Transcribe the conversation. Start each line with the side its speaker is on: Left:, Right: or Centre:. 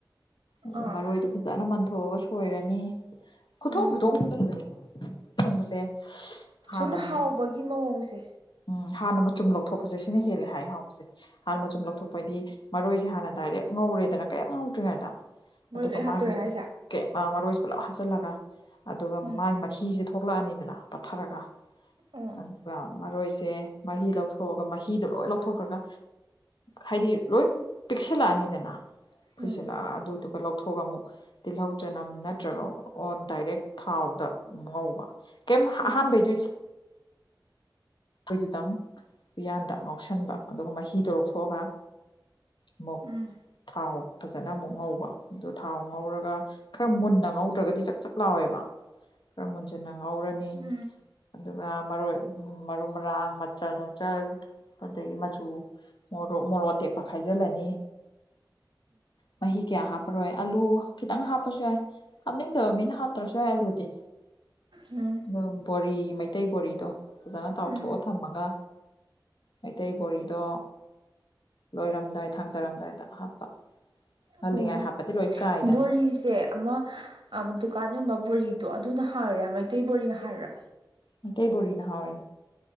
Left: ꯑꯗꯨ
Right: ꯑꯥ
Left: ꯃꯔꯣꯏꯗꯨ ꯐꯖꯅ ꯃꯟꯊꯣꯛꯑꯒ ꯁꯣꯏꯔꯅꯤ ꯈꯨꯊꯣꯡ
Right: ꯎꯝ
Left: ꯈꯨꯊꯣꯡꯗꯤ ꯂꯩꯕꯅꯤꯀꯣ ꯃꯔꯣꯏ ꯊꯣꯡꯕꯁꯦ ꯍꯥꯟꯅ
Right: ꯁꯨꯝ ꯍꯥꯎꯕꯒꯤ ꯃꯑꯣꯡꯁꯦ
Left: ꯎꯝ ꯍꯥꯟꯅ ꯃꯆꯨꯝ ꯂꯧꯊꯣꯛꯄꯁꯦ ꯁꯤꯅ ꯍꯦꯜꯂꯦ ꯍꯥꯏ ꯍꯥꯎꯕꯁꯦ ꯍꯥꯟꯅ ꯃꯆꯨꯝ ꯂꯧꯊꯣꯛꯄ ꯍꯥꯏꯗꯤ ꯃꯔꯣꯏꯁꯦ ꯍꯥꯟꯅ ꯗꯥꯏꯔꯦꯛ ꯉꯧꯔꯦꯗꯅ ꯀꯌꯤꯝ ꯉꯧꯗ꯭ꯔꯤꯉꯩꯗ
Right: ꯃꯣꯏ
Left: ꯑꯗꯨꯒ
Right: ꯂꯣꯏ ꯍꯥꯞꯇꯣꯏꯔꯥ
Left: ꯃꯥꯒꯤ
Right: ꯍꯥꯏꯁꯦ
Left: ꯀꯤ <unintelligible> ꯃꯔꯣꯏ ꯄꯨꯂꯞ ꯍꯥꯞꯆꯤꯜꯂꯒ ꯑꯗꯨꯒ
Right: ꯎꯝ
Left: ꯃꯥꯏ ꯃꯍꯤꯁꯦ ꯊꯣꯛꯂꯛꯑꯅꯤꯗꯅ ꯄꯠꯊꯥꯔꯒ
Right: ꯑꯣ
Left: ꯑꯗꯨꯒ ꯃꯔꯣꯏꯁꯦ ꯃꯍꯤ ꯂꯧꯊꯣꯛꯑꯒ ꯃꯍꯤꯗꯣ ꯂꯣꯏ ꯂꯧꯊꯣꯛꯈ꯭ꯔꯒ ꯍꯥꯏꯗꯤ ꯂꯣꯏ ꯄꯤꯛꯁꯤꯜꯂꯛꯑꯅꯤꯗꯅ ꯈꯨꯏꯁꯤꯜꯂ
Right: ꯎꯝ
Left: ꯑꯗꯨꯗꯨ ꯂꯧꯊꯣꯛꯑꯒ ꯑꯃꯨꯛ ꯇꯤꯜꯍꯧ ꯆꯅꯝ ꯅꯠꯇ꯭ꯔꯒ ꯑꯣꯔ ꯗꯥꯏꯔꯦꯛ ꯊꯥꯎꯗ ꯉꯧꯕ ꯀꯦꯝ
Right: ꯎꯝ
Left: ꯑꯍꯥꯟꯕꯩꯗꯨꯗꯤ ꯃꯈꯣꯏꯗꯨꯗꯪ ꯎꯌꯥꯟꯗ ꯉꯥꯎꯁꯟꯕ ꯑꯗꯨꯒ ꯃꯍꯤꯗꯣ ꯂꯧꯊꯣꯛꯑꯒ ꯑꯃꯨꯛ
Right: ꯎꯝ
Left: ꯊꯥꯎ ꯐꯖꯅ ꯑꯃꯨꯛ ꯉꯧꯕ ꯑꯗꯨ ꯊꯥꯎ ꯉꯧꯔꯒ ꯈꯔ ꯃꯨꯟꯅ ꯉꯧꯗ꯭ꯔꯒꯗꯤ ꯆꯥꯛ ꯆꯥꯛ ꯂꯥꯎꯋꯦꯕ ꯈꯔ ꯃꯨꯟꯁꯤꯟꯅ ꯉꯧꯔꯅꯤ
Right: ꯎꯝ
Left: ꯑꯗꯨꯅ ꯃꯔꯣꯏ ꯃꯔꯨ ꯃꯔꯥꯡ ꯃꯆꯜ <unintelligible> ꯑꯗꯒꯤ ꯃꯆꯨ ꯃꯣꯔꯣꯛ ꯃꯣꯔꯣꯛ ꯑꯇꯦꯛꯄ ꯈꯥꯏꯖꯤꯜꯂꯅꯤ ꯃꯍꯤ ꯀꯌꯥ ꯍꯥꯞꯄꯔꯣꯏ ꯑꯥꯂꯨ ꯈꯤꯇꯪ ꯍꯥꯞꯄꯁꯨ ꯌꯥꯏ ꯍꯥꯞꯅꯤꯡꯗꯕ ꯃꯤꯅ ꯍꯥꯞꯇ꯭ꯔꯁꯨ ꯌꯥꯏ ꯑꯥꯂꯨꯗꯤ
Right: ꯎꯝ ꯎꯝ
Left: <unintelligible> ꯕꯣꯔꯤ ꯃꯩꯇꯩ ꯕꯣꯔꯤꯗꯣ ꯐꯖꯅ ꯇꯥꯎꯊꯣꯛꯑ
Right: ꯎꯝ
Left: ꯊꯝꯃꯒ ꯃꯩꯇꯩ ꯕꯣꯔꯤꯗꯣ ꯂꯣꯏꯔꯝꯗꯥꯏ ꯊꯥꯡꯗꯔꯝꯗꯥꯏꯗ ꯍꯥꯞꯄ
Right: ꯑꯣ
Left: ꯉꯜꯂꯤꯉꯥꯏ ꯍꯥꯞꯄꯗꯤ ꯂꯣꯏ ꯀꯥꯏꯗꯅ
Right: ꯕꯣꯔꯤꯁꯦ ꯑꯃ ꯗꯨꯀꯥꯟ ꯌꯣꯟꯕ ꯕꯣꯔꯤꯗꯣ ꯑꯗꯨꯅ ꯍꯥꯎꯔꯦ ꯃꯩꯇꯩ ꯕꯣꯔꯤꯅ ꯍꯥꯎꯔꯤꯔ
Left: ꯃꯩꯇꯩ ꯕꯣꯔꯤꯅ ꯍꯥꯎꯋꯦ